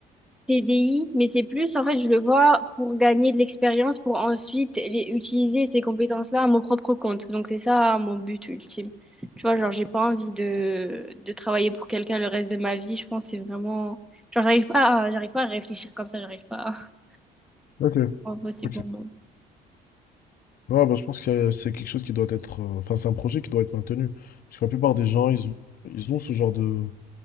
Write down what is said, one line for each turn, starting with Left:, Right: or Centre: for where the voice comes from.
Centre: TDI, mais c'est plus, en fait, je le vois pour gagner de l'expérience, pour ensuite les, utiliser ces compétences-là à mon propre compte. Donc, c'est ça mon but ultime. Tu vois, genre, j'ai pas envie de, de travailler pour quelqu'un le reste de ma vie. Je pense que c'est vraiment... Genre, j'arrive pas à, j'arrive pas à réfléchir comme ça, j'arrive pas à... <laughs>
Left: Ok,
Centre: C'est impossible
Left: ok.
Centre: pour moi.
Left: Ouais, bah, je pense que c'est c'est quelque chose qui doit être, euh, enfin, c'est un projet qui doit être maintenu. Parce que la plupart des gens, ils ont, ils ont ce genre de,